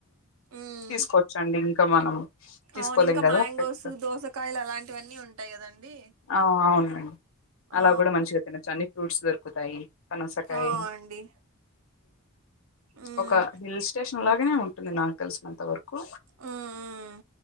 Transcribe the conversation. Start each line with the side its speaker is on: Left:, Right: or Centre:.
Right: ఉమ్
Left: తీసుకోవచ్చండి ఇంకా మనం తీసుకోలేం
Right: అవును ఇంకా
Left: కదా
Right: మ్యాంగోస్
Left: పెద్ద
Right: దోసకాయలు అలాంటివన్నీ ఉంటాయి కదండి
Left: ఆ అవునండి అలా
Right: ఆ
Left: కూడా మంచిగా తినచ్చు అన్ని ఫ్రూట్స్ దొరుకుతాయి కనసకాయ
Right: ఆ అండి ఉమ్
Left: ఒక హిల్స్ స్టేషన్ లాగానే ఉంటుంది నాకు తెలిసినంత వరకు
Right: ఉమ్ ఉమ్.